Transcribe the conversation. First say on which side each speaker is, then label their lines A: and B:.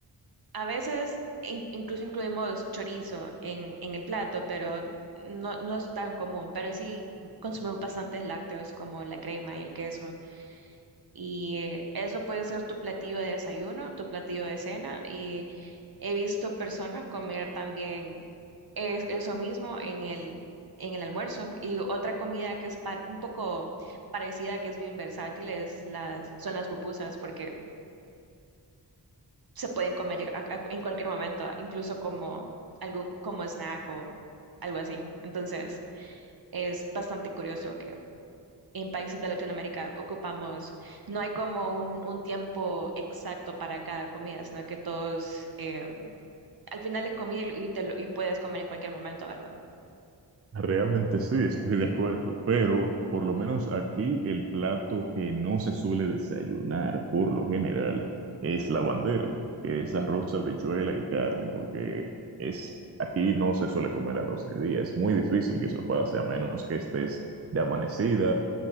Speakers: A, on the right (about 55°); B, on the right (about 35°).
A: a veces in- incluso incluimos chorizo en, en el plato, pero no, no es tan común. Pero sí consumimos bastantes lácteos como la crema y el queso. Y eh, eso puede ser tu platillo de desayuno, tu platillo de cena. Y he visto personas comer también es- eso mismo en el, en el almuerzo. Y otra comida que es par- un poco parecida, que es bien versátil, es las, son las pupusas, porque se pueden comer a- a- en cualquier momento, incluso como, algún, como snack o algo así. Entonces, es bastante curioso en países de Latinoamérica ocupamos, no hay como un, un tiempo exacto para cada comida, sino que todos, eh, al final es comida y, te lo- y puedes comer en cualquier momento, ¿verdad?
B: Realmente sí, estoy de acuerdo, pero por lo menos aquí el plato que no se suele desayunar por lo general es la bandera, que es arroz, habichuela y carne, porque es aquí no se suele comer arroz de día, es muy difícil que se pueda hacer a menos que estés de amanecida